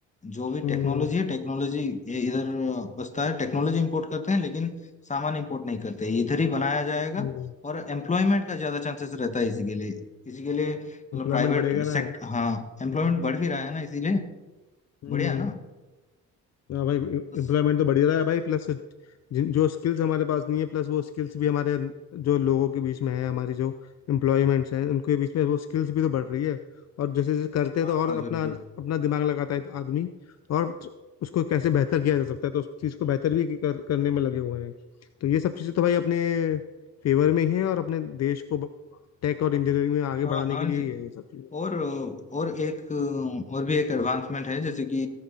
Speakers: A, on the left; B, on the left.
A: जो भी
B: हम्म
A: टेक्नोलॉजी है टेक्नोलॉजी ये इधर बसता है टेक्नोलॉजी इंपोर्ट करते हैं लेकिन सामान इंपोर्ट नहीं करते ये इधर ही बनाया जाएगा
B: हम्म
A: और एम्प्लॉयमेंट का ज्यादा चांसेस रहता है इसी के लिए इसी के लिए
B: एम्प्लॉयमेंट
A: मतलब प्राइवेट
B: बढ़ेगा ना
A: सेक्टर
B: यार
A: हाँ एम्प्लॉयमेंट
B: हम्म
A: बढ़ भी रहा है ना इसीलिए
B: हम्म।
A: बढ़िया ना
B: हाँ भाई
A: तो स-
B: एम्प्लॉयमेंट तो बढ़ ही रहा है भाई प्लस जिन जो स्किल्स हमारे पास नहीं है प्लस वो स्किल्स भी हमारे अंद- जो लोगों के बीच में है हमारी जो एम्प्लॉयमेंट्स हैं उनके बीच में वो स्किल्स भी तो बढ़ रही है और जैसे जैसे करते
A: हाँ
B: हैं तो और
A: हाँ
B: अपना
A: जरूर जरूर
B: अपना दिमाग लगाता है आदमी तो और उसको कैसे बेहतर किया जा सकता है तो उस चीज़ को बेहतर भी कर, करने में लगे हुए हैं तो ये सब चीज़ें तो भाई अपने फेवर में ही है और अपने देश को टेक और इंजीनियरिंग में आगे
A: हाँ
B: बढ़ाने
A: हाँ
B: के लिए ही है ये सब चीज़ें
A: और और एक और भी एक एडवांसमेंट है जैसे कि